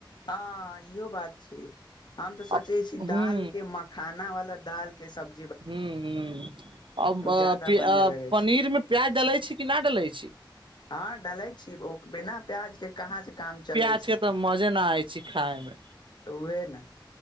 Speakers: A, on the left (about 60°); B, on the right (about 85°).
A: हँ इहो बात छै हम तऽ सोचै
B: आ
A: छी दाल
B: हूं
A: के मखाना वाला दाल के सब
B: हूं हूं अब अ
A: ज्यादा बढ़िया
B: आ
A: लगे
B: पनीर
A: छै
B: मे प्याज डलै छी कि नै डलै छी
A: ह डालै छी ओ बिना प्याज के कहाँ से काम चलै
B: से त मजे न आइ छै खाय मे
A: उहे ने